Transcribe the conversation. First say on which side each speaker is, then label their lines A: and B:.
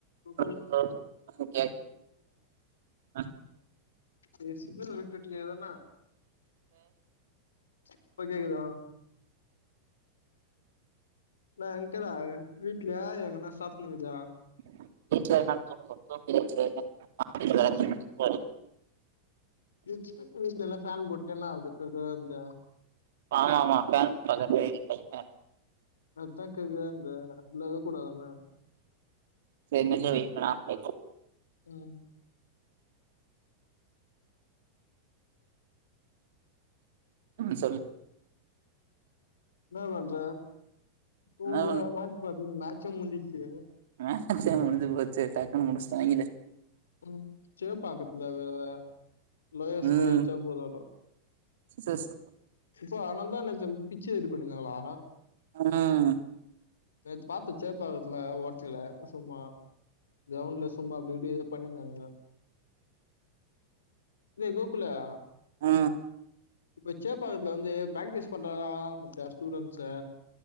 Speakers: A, on the left; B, on the right.
A: Google
B: ஓ okay அ
A: பேசிகளா ட்டுகே தன இப்ப கேக்குதா நான் என கேடா வீட்லயா எங்கன்னா சாப்பிடணல்லையா
B: <unintelligible> <unintelligible>
A: <unintelligible> நல்ல ஃபேன் போட்டு கே நாலத்துக்குக்குந்தா
B: ஆமா ஆமா ப <unintelligible> அ
A: அதுதான் கேக்குதாந்த அதுலத கூடாதாமே
B: சரி நில்லு வெயிட் பண்ண ஆஃப் ஆயிட்டு
A: உம்
B: ஆ சொல்லு
A: என்ன பண்ற துங்கள
B: என்ன
A: மேட்ச் பாத்தியா மேட்ச் எக்ஸாம் முடிச்சுருச்சு
B: மாக்ஸ் எக்ஸாம் முடிஞ்சு போச்சு டக்குன்னு முடிச்சுடாங்கல
A: உம் செம்பாக்கத்தில வேல லோய ஸ்கோர்
B: ம்
A: வச்சா போதட்டும்
B: சிஸ்
A: இப்போ அதனால தான் என்ன பிச்சு எடி பண்ணிருந்தாங்களா
B: ம்
A: நேத்து பாத்தேன் சேப்பாக்கத்துல ஓட்டல சும்மா கிரவுண்ட்ல சும்மா அப்படி இப்படி பண்ணியிருந்தாங்க ஏய் கோகுலா
B: ஆ
A: இப்ப சேப்பாகதுல வந்து பிராக்டிஸ் பண்றங்களானு பாத்தியா ஸ்டூடெண்ட்ஸ்ஸு